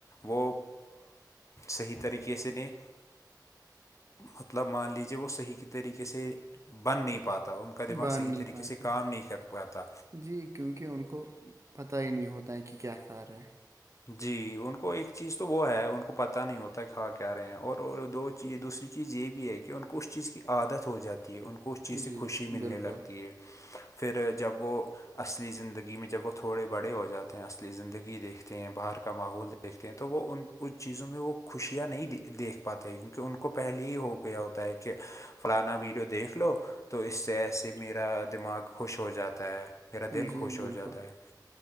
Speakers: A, on the left; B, on the right.
A: وہ صحیح طریقے اسس نے مطلب مان لیجیے وہ صحیح طریقے سے بن نہیں پاتا ان کا دماغ
B: باندھ
A: صحیح
B: نہیں
A: طریقے
B: پاتے
A: سے کام نہیں کر پاتا
B: جی کیونکہ ان کو پتہ ہی نہیں ہوتا ہے کہ کیا کار رہے ہے
A: جی ان کو ایک چیز تو وہ ہے ان کو پت نہیں ہوتا کھاں کیا رہے ہیں اور دو جی دوسری چیز یہ بھی ہے کہ ان کو اس چیز کی عادت ہو جاتی ہے ان کو اس
B: ہیں
A: چیز
B: جی
A: سے خوشی ملنے
B: بالکل
A: لگتی ہے پھر جب وہ اصلی زندگی میں جب وہ تھوڑے بڑے ہو جاتے ہیں اصلی زندگی دیکھ تے ہیں باہر کا ماحول دیکھتے ہیں تو وہ ان ان چیزوں میں وہ خوشیاں نہیں دیکھ پتہ ہی تو ان کو پہلے ہی ہو گیا ہوتا ہے کہ فلانا ویڈیو دیکھ لو تو اس سے ای سے میرا دماغ خوش ہو جاتا ہے میرا دل
B: جی
A: خوش
B: بالکل
A: ہو جاتا ہے